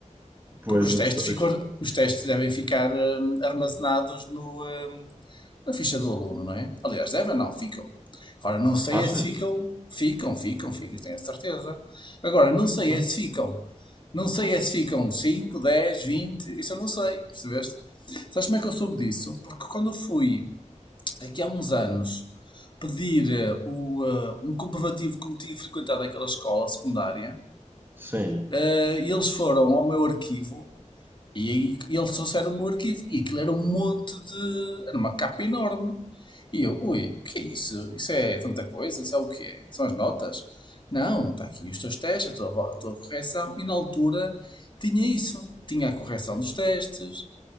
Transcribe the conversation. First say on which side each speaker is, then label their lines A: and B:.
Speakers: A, on the right; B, on the left.
A: Pois,
B: Porque os testes,
A: eu gosto.
B: ficam, os testes devem ficar eh, armazenados no, eh, na ficha do aluno, não é? Aliás, devem, não, ficam. Agora, não sei
A: Achas?
B: é se ficam, ficam, ficam, ficam, tenho a certeza. Agora, não sei
A: Ah,
B: é se ficam, não sei é se ficam 5, 10, 20, isso eu não sei, percebeste? Sabes como é que eu soube disso? Porque quando eu fui, aqui há uns anos, pedir eh, o, eh, um comprovativo que eu tinha frequentado aquela escola secundária,
A: sim.
B: eh, e eles foram ao meu arquivo e, aí e eles trouxeram-me o meu arquivo e aquilo era um monte de. Era uma capa enorme. E eu, ui, o que é isso? Isso é tanta coisa? Isso é o que é? São as notas? Não, está aqui os teus testes, a tua, a tua correção. E na altura tinha isso. Tinha a correção dos testes,